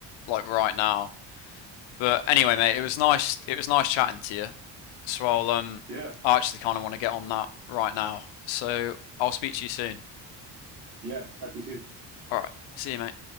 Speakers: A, on the left; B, on the right.
A: like right now. But anyway, mate, it was nice. It was nice chatting to you. So I'll um,
B: Yeah.
A: I actually kind of want to get on that right now. So I'll speak to you soon.
B: Yeah. Chat to you soon.
A: All right, see you, mate.